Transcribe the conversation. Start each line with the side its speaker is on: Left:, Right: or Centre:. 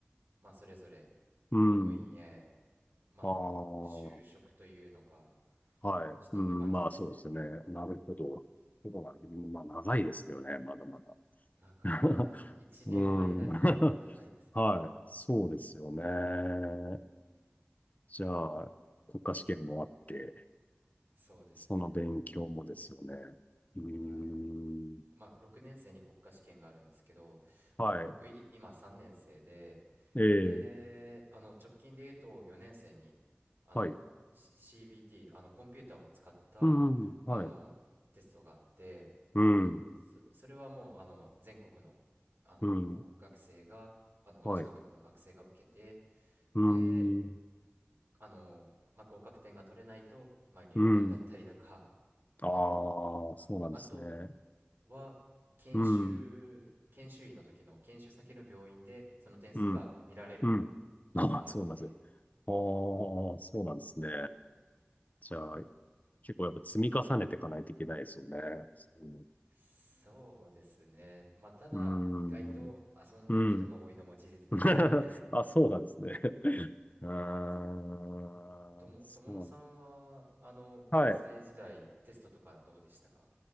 Right: まあ、それぞれ
Left: うん。
Right: 病院へ、まあ、
Left: ああ。
Right: 就職というのか、
Left: はい。
Right: していく感じですね。
Left: うん、まあそうですね。なるほど。そうなんです。まあ長いですよね、まだまだ。
Right: なかなか一人前になるまで長いですね。
Left: <laughs> うん。<laughs> はい。そうですよね。じゃあ、国家試験もあって、
Right: そうですね。
Left: その勉強もですよね。うー
Right: はい。
Left: ん。
Right: まあ、6年生に国家試験があるんですけど、
Left: はい。
Right: え僕い今3年生で、
Left: ええ、
Right: で、あの直近で言うと4年生にあの
Left: はい。
Right: C- b t あのコンピューターを使ったあのテストがあって、
Left: うん、はい。うん、
Right: そ、それはもうあの全国の、あの学生があの同じ学部の学生が受けて、
Left: うん、はい。うん、
Right: で、あのまあ、合格点が取れないと、まあ、留年だったりとか、
Left: うん。ああ、
Right: あ、
Left: そうなんですね。
Right: あとは研修研修医の時の研修先の病院でその点数が見られる
Left: うん、うん。うん。
Right: 時もあって
Left: <laughs> ああ、そうなんですね。ああ、そうなんですね。じゃあ、結構やっぱ積み重ねていかないといけないですよね。そうん。
Right: そうですねまあただ意外と遊んでる人が多いのも事実ではあるので
Left: うのうーん。うん <laughs> あ、そうなんですね。<laughs> あーそう。
Right: <laughs> えー、とも友野さんはあの学生時代テストとかどうでしたか
Left: はい。